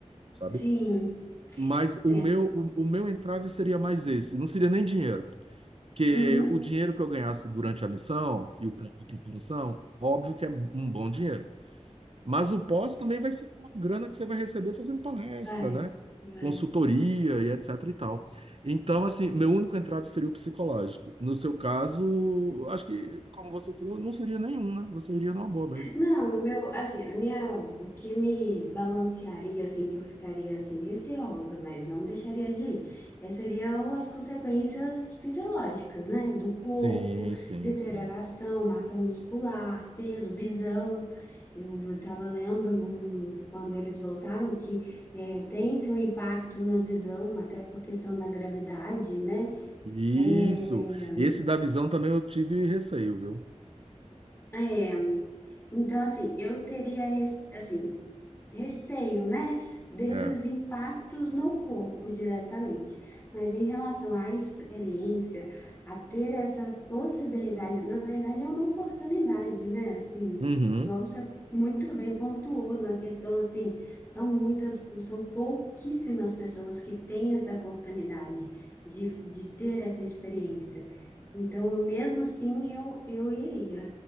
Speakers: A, on the right (about 55°); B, on the left (about 20°).
A: sabe?
B: Sim,
A: Mas o
B: é.
A: meu, o, o meu entrave seria mais esse, não seria nem dinheiro, porque
B: Uhum,
A: o dinheiro que eu ganhasse durante a missão e o pré- e preparação, óbvio que é um bom dinheiro. Mas o pós também vai ser uma grana que você vai receber fazendo palestra,
B: vai,
A: né?
B: vai.
A: Consultoria e etc e tal. Então, assim, meu único entrave seria o psicológico. No seu caso, acho que, como você falou, não seria nenhum, né? Você iria numa boa mesmo.
B: Não, o meu, assim, a minha, o que me balancearia, assim, que eu ficaria, assim, receosa, mas não deixaria de ir, é, seriam as consequências fisiológicas, né? Do corpo,
A: Sim, sim,
B: deterioração,
A: sim.
B: massa muscular, peso, visão. Eu estava lendo um- quando eles voltaram que é, tem-se um impacto na visão, até por questão da gravidade, né?
A: Isso.
B: Eh,
A: Esse da visão também eu tive receio, viu?
B: É, então, assim, eu teria, res- assim, receio, né, desses
A: É.
B: impactos no corpo diretamente. Mas em relação à experiência, a ter essa possibilidade, na verdade é uma oportunidade, né? Assim,
A: Uhum.
B: igual você muito bem pontuou na questão assim, são muitas, são pouquíssimas pessoas que têm essa oportunidade de, de ter essa experiência. Então, mesmo assim, eu, eu iria.